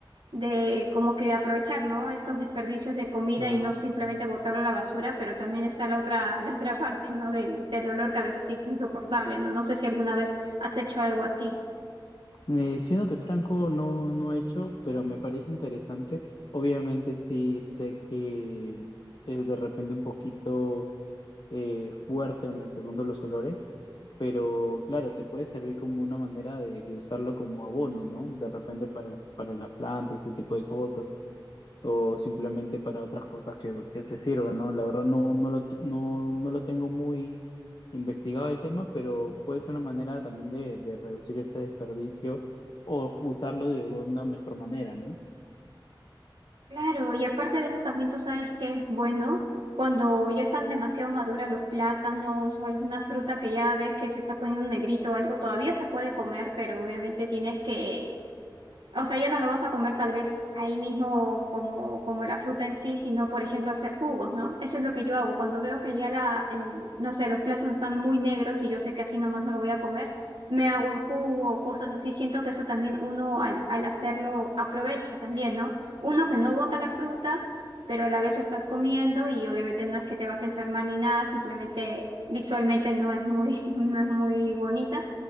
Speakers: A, on the right; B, on the left.
A: de como que aprovechar, ¿no? Estos desperdicios de comida
B: Claro.
A: y no simplemente botarlo a la basura, pero también está la otra, <laughs> la otra parte, ¿no? Del, del olor que a veces sí es insoportable, ¿no? No sé si alguna vez has hecho algo así.
B: Eh, siéndote franco, no, no he hecho, pero me parece interesante. Obviamente sí sé que es de repente un poquito eh, fuerte en el segundo los olores, pero claro, te puede servir como una manera de, de usarlo como abono, ¿no? De repente para, para las plantas, este tipo de cosas, o simplemente para otras cosas que, que se sirvan, ¿no? La verdad no, no lo, te- no, no lo tengo investigado el tema, pero puede ser una manera también de, de reducir este desperdicio o usarlo de una mejor manera, ¿no?
A: Claro, y aparte de eso también tú sabes que es bueno cuando ya están demasiado maduras los plátanos o alguna fruta que ya ves que se está poniendo negrito o algo, todavía se puede comer, pero obviamente tienes que O sea, ya no lo vas a comer tal vez ahí mismo como, como la fruta en sí, sino por ejemplo hacer jugos, ¿no? Eso es lo que yo hago. Cuando veo que ya la, el, no sé, los plátanos están muy negros y yo sé que así nomás no lo voy a comer, me hago en jugo o cosas así. Siento que eso también uno al, al hacerlo aprovecha también, ¿no? Uno que no bota la fruta, pero a la vez la estás comiendo y obviamente no es que te vas a enfermar ni nada, simplemente visualmente no es muy, <laughs> no es muy bonita